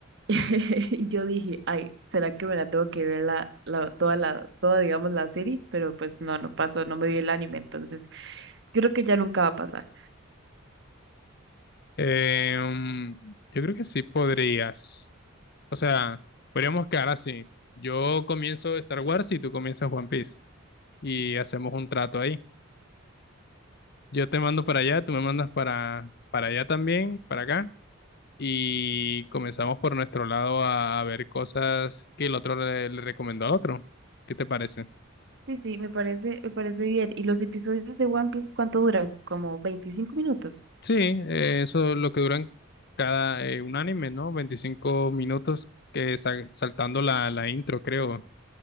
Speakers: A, on the right (about 60°); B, on the left (about 50°).
A: <laughs> Y yo dije, ay, ¿será que me la tengo que ver la, la, toda la, toda, digamos, la serie? Pero pues no, no pasó, no me vi el anime, entonces creo que ya nunca va a pasar.
B: Em, yo creo que sí podrías. O sea, podríamos quedar así. Yo comienzo Star Wars y tú comienzas One Piece. Y hacemos un trato ahí. Yo te mando para allá, tú me mandas para, para allá también, para acá. y comenzamos por nuestro lado a, a ver cosas que el otro le, le recomendó al otro. ¿Qué te parece?
A: Sí, sí, me parece, me parece bien. ¿Y los episodios de One Piece cuánto duran? ¿Como veinticinco minutos?
B: Sí, eh, eso es lo que duran cada eh, un anime, ¿no? 25 minutos que sa- saltando la, la intro, creo,